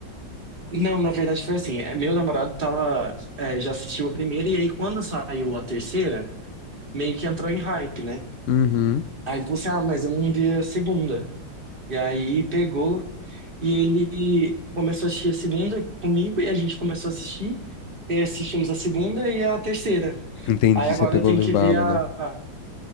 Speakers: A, on the right (about 30°); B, on the left (about 75°).
A: não, na verdade foi assim, é, meu namorado tava, é, já assistiu a primeira, e aí quando saiu a terceira, meio que entrou em hype, né?
B: Uhum.
A: Aí ele falou assim, ah, mas eu não vi a segunda. E aí pegou. E ele começou a assistir a segunda comigo e a gente começou a assistir. E assistimos a segunda e a terceira.
B: Entendi,
A: Aí agora
B: você pegou
A: eu tenho
B: no
A: que
B: embalo,
A: ver a.
B: né?
A: a-